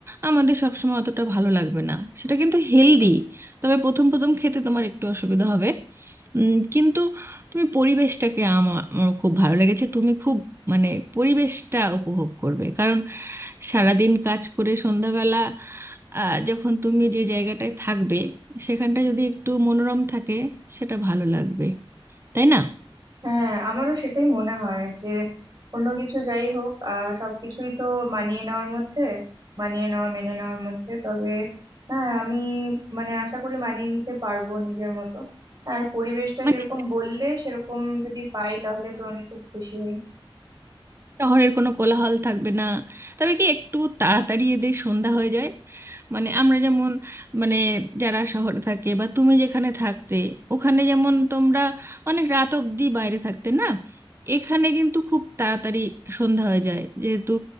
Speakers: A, on the right (about 25°); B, on the right (about 45°).
A: আমাদের সবসময় অতটা ভালো লাগবে না সেটা কিন্তু হেলদি তবে প্রথম প্রথম খেতে তোমার একটু অসুবিধা হবে উম, কিন্তু তুমি পরিবেশটাকে আমার আমার খুব ভালো লেগেছে তুমি খুব মানে পরিবেশটা উপভোগ করবে কারণ সারাদিন কাজ করে সন্ধ্যাবেলা আহ, যখন তুমি যে জায়গাটায় থাকবে সেখানটা যদি একটু মনোরম থাকে সেটা ভালো লাগবে তাই না
B: হ্যাঁ আমারও সেটাই মনে হয় যে অন্য কিছু যাই হোক আহ সবকিছুই তো মানিয়ে নেওয়ার মধ্যে মানিয়ে নেওয়া মেনে নেওয়ার মধ্যে তবে হ্যাঁ আমি মানে আশা করি মানিয়ে নিতে পারবো নিজের মতো আর পরিবেশটা
A: মানে
B: যেরকম বললে সেরকম যদি পাই তাহলে তো আমি খুব খুশি হই
A: শহরের কোনো কোলাহল থাকবে না তবে কি একটু তাড়াতাড়ি এদের সন্ধ্যা হয়ে যায় মানে আমরা যেমন মানে যারা শহরে থাকে বা তুমি যেখানে থাকতে ওখানে যেমন তোমরা অনেক রাত অবধি বাইরে থাকতে না এখানে কিন্তু খুব তাড়াতাড়ি সন্ধ্যা হয়ে যায় যেহেতু